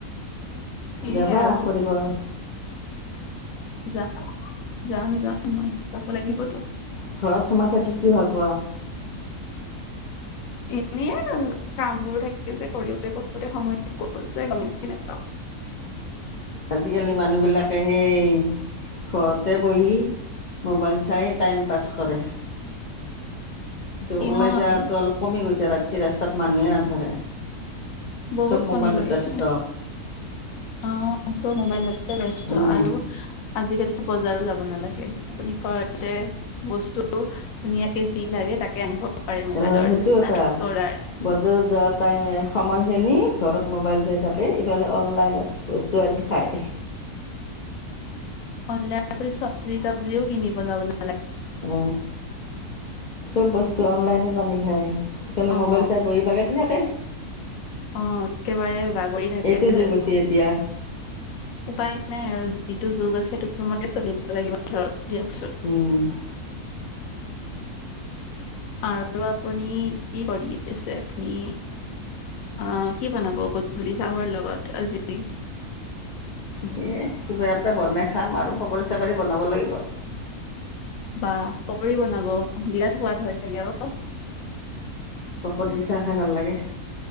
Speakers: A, on the left; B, on the left.
A: সেয়ে
B: যাবা
A: আৰু
B: কৰিব
A: যাম যাম যাম মই যাব লাগিবতো
B: ঘৰত সোমাই থাকি কি ভাল পোৱা?
A: এ কামবোৰ থাকে যে কৰোতে কৰোতে সময় কৰ যে গমে নাপাওঁ
B: আজিকালি মানুহবিলাকে সেই ঘৰতে বহি মোবাইল চাই টাইম পাছ কৰে তটো
A: সিহঁত
B: ওলাই যোৱাতো অলপ কমি গৈছে ৰাতি তি তাত মানুহে নাথাকে
A: বহুত
B: চব মোবাইলত
A: কমি গৈছে
B: ব্যস্ত
A: আহ চব মোবাইল এতে বস্ত
B: উম
A: আৰু আজিকালিতো বজাৰো যাব নালাগে আপুনি ঘৰতে বস্তু ধুনীয়াকে যি লাগে তাকে আনিব পাৰে মোবাইলৰ
B: অ সেইটো এটা
A: দ্বাৰাৰ
B: বজাৰত যোৱা তাই সময় খিনি ঘৰত মোবাইল চাই থাকে ইফালে অনলাইনত বস্তু আনি খায়
A: অনলাই চব্জ তাব্জি কিনি ন বনাবলৈ <unintelligible>
B: অ চব বস্তু অনলাইনত আনি খায় ইফালে
A: অ'।
B: মোবাইল চাই বহি বাগে দি থাক তে
A: অ একেবাৰে বাগৰি থাকে
B: এইটো যুগ
A: আৰু
B: হৈছে এতিয়া
A: উপায় নাই আৰুি যিটো যুগ আছে সেইটো মতে চলিব লাগিব ধৰক দিয়কচোন
B: উম
A: আৰু আপুনি কি কৰি আছে আপুনি আহ কি বনাব গধুলি চাহৰ লগত আজি
B: সেয়ে কিবা এটা বনাই খাম আৰু পকৰী চাকৰি বনাব লাগিব
A: বা পকৰি বনাব বিৰাট সোৱাদ হয় চাগে অ
B: পকৰি দি চাহ খাই ভাল লাগে